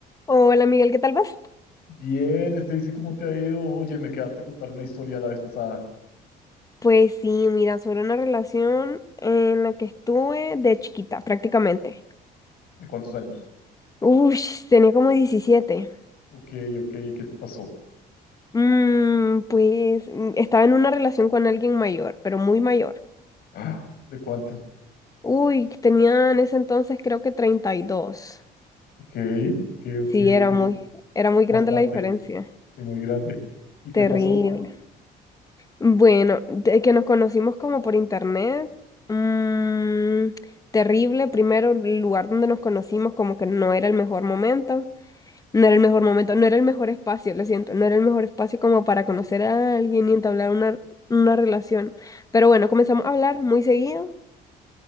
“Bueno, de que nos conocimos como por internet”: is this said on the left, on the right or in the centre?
Left